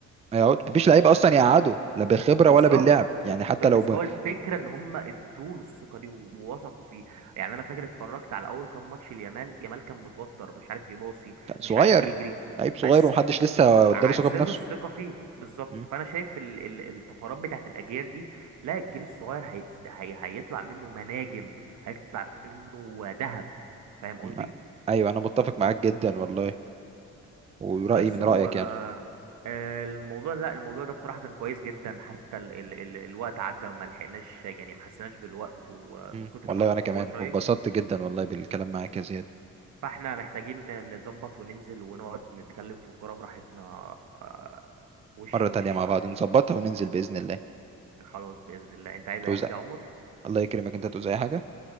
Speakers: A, on the right (about 20°); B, on the right (about 70°).
A: هيقعد مفيش لعيب اصلا يقعده لا بخبره
B: بالظبط
A: ولا باللعب يعني حتى
B: ب- بس
A: لو ب...
B: هو الفكرة ان هم ادوله الثقة دي و- ووثقوا فيه يعني انا فاكر اتفرجت على اول كام ماتش ليامال يامال كان متوتر مش عارف يباصي
A: كان صغير
B: مش عارف يجري
A: لعيب
B: بس
A: صغير ومحدش لسه
B: عززوا
A: اداله ثقه بنفسه
B: الثقة فين بالظبط
A: مم.
B: فانا شايف ال- ال- الطفرات بتاعت الاجيال دي لا الجيل الصغير هيت- هي هيطلع منه مناجم هيطلع منه ذهب فاهم قصدي
A: مم. ايوه انا متفق معاك جدا والله ورايي
B: بس
A: من
B: و
A: رايك يعني
B: آه، الموضوع لا الموضوع ده بصراحة كان كويس جدا حتى ال... ال... ال... الوقت عدى وما لحقناش يعني ما حسيناش بالوقت ومن
A: مم.
B: كتر
A: والله
B: ما الموضوع
A: وانا كمان
B: شيق
A: واتبسطت جدا والله بالكلام معاك يا زياد
B: فاحنا محتاجين نظبط وننزل ونقعد نتكلم في الكورة براحتنا آه، وش
A: مره
B: لوش
A: تانية مع
B: بقى
A: بعض نظبطها وننزل باذن الله
B: خلاص بإذن الله انت عايز
A: توزع
B: اي حاجة يا عمر
A: الله يكرمك انت توزع أي حاجه